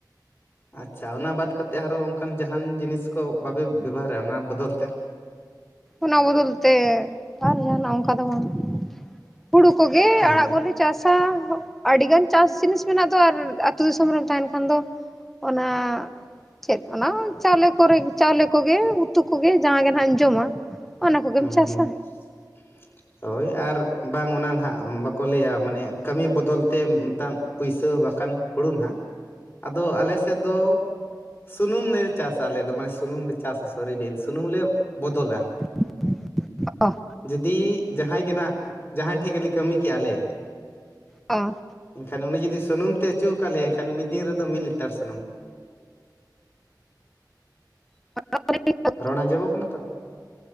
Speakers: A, on the left; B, in the centre.
A: ᱟᱪᱪᱷᱟ ᱚᱱᱟ ᱵᱟᱫ ᱠᱟᱛᱮ ᱟᱨᱚ ᱚᱱᱠᱟᱱ ᱡᱟᱦᱟᱱ ᱡᱤᱱᱤᱥ ᱠᱚ ᱵᱟᱯᱮ ᱵᱮᱵᱦᱟᱨᱟ ᱚᱱᱟ ᱵᱚᱫᱚᱞ ᱛᱮ
B: ᱚᱱᱟ ᱵᱚᱫᱚᱞ ᱛᱮ ᱟᱨ ᱡᱟᱦᱟᱱᱟᱜ ᱚᱝᱠᱟ ᱫᱚ ᱵᱟᱝ ᱦᱩᱲᱩ ᱠᱚᱜᱮ
A: ᱦᱮᱸ
B: ᱟᱲᱟᱜ ᱠᱚᱞᱮ ᱪᱟᱥᱟ ᱟᱹᱰᱤᱜᱟᱱ ᱪᱟᱥ ᱡᱤᱱᱤᱥ ᱢᱮᱱᱟᱜ ᱫᱚ ᱟᱨ ᱟᱹᱛᱩ ᱫᱤᱥᱚᱢ ᱨᱮᱢ ᱛᱟᱦᱮᱱ ᱠᱷᱟᱱ ᱫᱚ ᱚᱱᱟ ᱪᱮᱫ ᱚᱱᱟ ᱪᱟᱣᱞᱮ ᱠᱚᱨᱮ ᱪᱟᱣᱞᱮ ᱠᱚᱜᱮ ᱩᱛᱩ ᱠᱚᱜᱮ ᱡᱟᱦᱟᱸ ᱜᱮ ᱱᱟᱦᱟᱜ ᱮᱢ ᱡᱚᱢᱟ ᱚᱱᱟ ᱠᱚᱜᱮᱢ
A: ᱦᱩᱸ
B: ᱪᱟᱥᱟ
A: ᱦᱩᱸ <inaudible> ᱦᱳᱭ ᱟᱨ ᱵᱟᱝ ᱚᱱᱟ ᱱᱟᱦᱟᱜ ᱵᱟᱠᱚ ᱞᱟᱹᱭᱼᱟ ᱢᱟᱱᱮ ᱠᱟᱹᱢᱤ ᱵᱚᱫᱚᱞ ᱛᱮ ᱢᱤᱛᱟᱝ ᱯᱩᱭᱥᱟᱹ ᱵᱟᱠᱷᱟᱱ ᱦᱩᱲᱩ ᱱᱟᱜ ᱟᱫᱚ ᱟᱞᱮ ᱥᱮᱫ ᱫᱚ ᱥᱩᱱᱩᱢ ᱞᱮ ᱪᱟᱥᱟ ᱟᱞᱮ ᱫᱚ ᱢᱟᱱᱮ ᱥᱩᱱᱩᱢ ᱞᱮ ᱪᱟᱥᱟ ᱥᱚᱨᱤ <inaudible> ᱥᱩᱱᱩᱢ ᱞᱮ ᱵᱚᱫᱚᱞᱟ
B: <inaudible>
A: ᱡᱩᱫᱤ ᱡᱟᱦᱟᱸᱭ ᱜᱮ ᱱᱟᱜ ᱡᱟᱦᱟᱸᱭ ᱴᱷᱮᱡ ᱜᱮᱞᱮ ᱠᱟᱹᱢᱤ ᱠᱮᱜᱼᱟ ᱞᱮ
B: ᱚ
A: ᱮᱱᱠᱷᱟᱱ ᱩᱱᱤ ᱡᱩᱫᱤ ᱥᱩᱱᱩᱢ ᱛᱮ ᱟᱪᱩ ᱠᱟᱫ ᱞᱮᱭᱟ ᱮᱱᱠᱷᱟᱱ ᱢᱤᱫ ᱫᱤᱱ ᱨᱮᱫᱚ ᱢᱤᱫ ᱞᱤᱴᱟᱨ ᱥᱩᱱᱩᱢ᱾
B: <unintelligible>
A: ᱨᱚᱲ ᱟᱧᱡᱚᱢᱚᱜ ᱠᱟᱱᱟ ᱛᱚ?